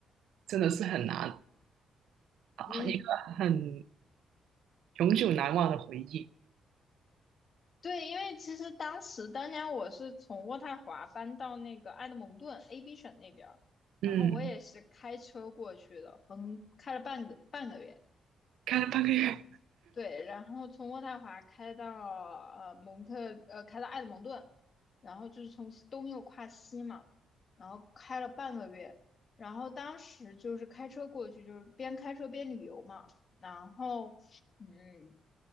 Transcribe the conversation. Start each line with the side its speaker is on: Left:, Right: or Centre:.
Right: 真的是很难，啊一个很
Left: 嗯，
Right: 永久难忘的回忆。
Left: 对，因为其实当时当年我是从渥太华搬到那个埃德蒙顿 AB 省那边儿，
Right: 嗯。
Left: 然后我也是开车过去的，横开了半个半个月。
Right: 开了半个月。
Left: 对，然后从渥太华开到呃蒙特，呃开到埃德蒙顿，然后就是从西东又跨西嘛，然后开了半个月，然后当时就是开车过去，就是边开车边旅游嘛，然后嗯